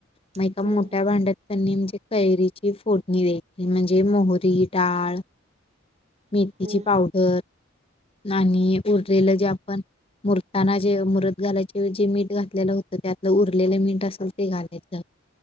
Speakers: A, on the left; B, on the right.
A: म
B: हम्म
A: एका मोठ्या भांड्यात त्यांनी म्हणजे कैरीची फोडणी द्यायची म्हणजे मोहरी, डाळ मेथीची
B: हम्म हम्म
A: पावडर आणि उरलेल जे आप पण मूरताना जे मूरत घालायचे जे मीठ घा घातलेलं होत त्यात उरलेलं मीठ असेल ते घालायच. <unintelligible>